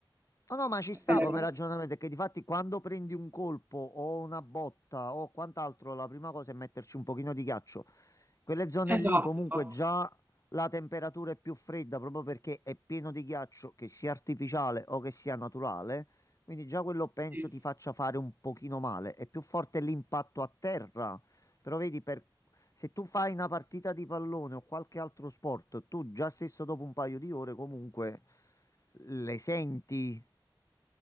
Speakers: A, on the left; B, on the right.
A: No, no, ma ci sta
B: Eh,
A: come ragionamento, è che difatti quando prendi un colpo o una botta o quant'altro, la prima cosa è metterci un pochino di ghiaccio. Quelle zone
B: Esatto,
A: lì comunque
B: esatto,
A: già la temperatura è più fredda proprio perché è pieno di ghiaccio, che sia artificiale o che sia naturale, quindi già quello penso
B: sì,
A: ti faccia fare un pochino male. È più forte l'impatto a terra, però vedi per... Se tu fai una partita di pallone o qualche altro sport, tu già stesso dopo un paio di ore comunque le senti,